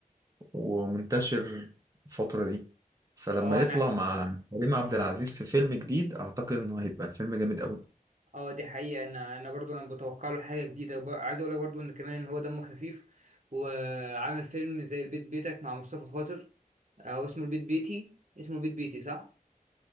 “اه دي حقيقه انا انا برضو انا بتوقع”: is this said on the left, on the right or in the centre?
Right